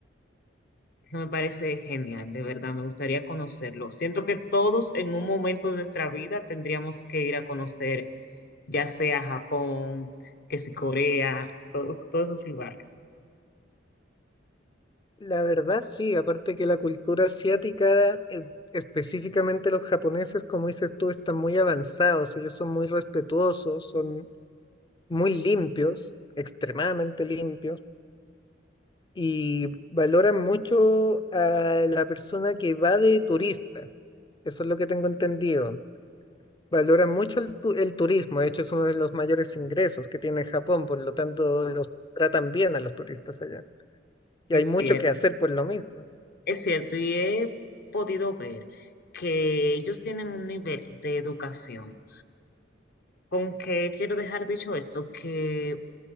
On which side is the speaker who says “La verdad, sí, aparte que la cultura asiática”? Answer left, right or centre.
Left